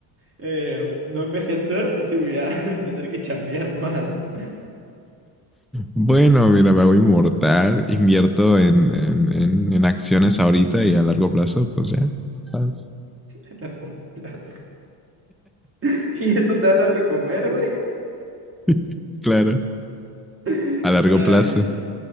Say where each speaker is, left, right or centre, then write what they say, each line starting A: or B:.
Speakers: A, on the right; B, in the centre.
A: eh, no envejecer si voy a <laughs> tener que chambear más
B: Bueno, mira, me hago inmortal, invierto en, en, en, en acciones ahorita y a largo plazo, pues ya, ¿sabes?
A: a largo plazo. <laughs> ¿Y eso te va a dar de comer, güey?
B: <laughs> Claro,
A: <laughs>
B: a largo
A: Ay,
B: plazo.